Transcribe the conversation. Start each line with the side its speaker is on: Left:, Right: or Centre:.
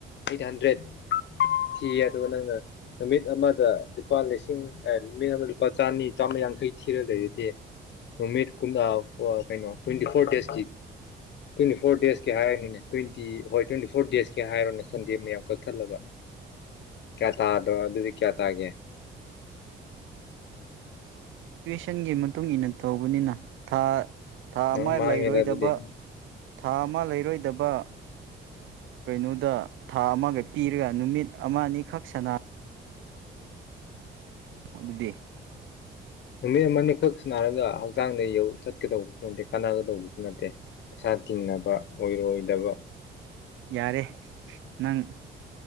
Left: ꯑꯩꯠ ꯍꯟꯗ꯭ꯔꯦꯗ ꯊꯤꯌꯦ ꯑꯗꯨꯒ ꯅꯪꯅ ꯅꯨꯃꯤꯠ ꯑꯃꯗ ꯂꯨꯄꯥ ꯂꯤꯁꯤꯡ ꯅꯨꯃꯤꯠ ꯑꯃꯗ ꯂꯨꯄꯥ ꯆꯅꯤ ꯆꯥꯝꯃ ꯌꯥꯡꯈꯩ ꯊꯤꯔ ꯂꯩꯔꯗꯦ ꯅꯨꯃꯤꯠꯨ ꯀꯩꯅꯣ ꯇ꯭ꯋꯦꯟꯇꯤ ꯐꯣꯔ ꯗꯦꯖꯀꯤ ꯇ꯭ꯋꯦꯟꯇꯤ ꯐꯣꯔ ꯗꯦꯖꯀꯤ ꯍꯥꯏꯔꯅꯣꯅꯦ ꯇ꯭ꯋꯦꯟꯇꯤ ꯍꯣꯏ ꯇ꯭ꯋꯦꯟꯇꯤ ꯐꯣꯔ ꯗꯦꯁꯀꯤ ꯍꯥꯏꯔꯣꯅꯦ ꯁꯟꯗꯦ ꯃꯌꯥꯝ ꯀꯛꯊꯠꯂꯒ ꯀꯌꯥ ꯇꯥꯗꯣ ꯑꯗꯨꯗꯤ ꯀꯌꯥ ꯀꯒꯦ
Right: ꯏꯦꯛꯁꯟꯒꯤ ꯃꯇꯨꯡ ꯏꯟꯅ ꯇꯧꯕꯅꯤꯅ ꯊꯥ ꯊꯥ
Left: ꯅꯪ
Right: ꯑꯃ
Left: ꯃꯥꯡꯉꯦꯗ
Right: ꯂꯩꯔꯣꯏꯗꯕ
Left: ꯑꯗꯨꯗꯤ
Right: ꯊꯥ ꯑꯃ ꯑꯃ ꯂꯩꯔꯣꯏꯗꯕ ꯀꯩꯅꯣꯗ ꯊꯥ ꯑꯃꯒ ꯄꯤꯔꯒ ꯅꯨꯃꯤꯠ ꯑꯃ ꯑꯅꯤꯈꯛ ꯁꯅ ꯑꯗꯨꯗꯤ
Left: ꯅꯨꯃꯤꯠ ꯑꯃꯅꯤꯅꯤꯈꯛ ꯁꯅꯔꯒ ꯍꯛꯆꯥꯡꯗ ꯌꯧ ꯆꯠꯀꯗꯧꯕꯁꯨ ꯅꯠꯇꯦ ꯀꯥꯟꯅꯒꯗꯧꯕꯁꯨ ꯅꯠꯇꯦ ꯄꯩꯁꯥ ꯇꯤꯡꯅꯕ ꯑꯣꯏꯔꯣꯏꯗꯕ
Right: ꯌꯥꯔꯦ ꯅꯪ